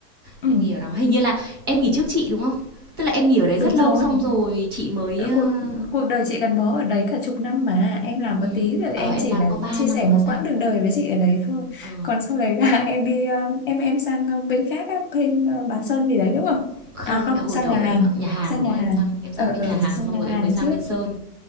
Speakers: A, on the left; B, on the right.
A: ừ
B: em nghỉ ở đó hình như là em nghỉ trước chị đúng không tức là em nghỉ ở đấy
A: đúng
B: rất lâu
A: rồi
B: xong rồi chị mới
A: Đã
B: ờ,
A: cuộc cuộc đời chị gắn bó ở đấy cả chục năm mà em làm
B: ừ.
A: có tí rồi
B: ờ
A: em
B: em
A: chỉ
B: làm
A: là
B: có 3
A: chia
B: năm
A: sẻ một
B: hay sao
A: quãng đường đời với chị ở đấy thôi
B: ờ
A: còn sau đấy là <laughs> em đi ờ, em em sang ờ, bên khác á, bên ờ, bán sơn gì đấy đúng không
B: không
A: à
B: ờ,
A: không
B: hồi
A: sang
B: đầu
A: nhà
B: em
A: hàng
B: sang nhà hàng
A: sang
B: đúng
A: nhà
B: không
A: hàng
B: em sang em sang
A: ở
B: bên
A: ở
B: nhà hàng
A: sang
B: xong
A: nhà
B: rồi
A: hàng
B: em mới sang
A: trước
B: bên sơn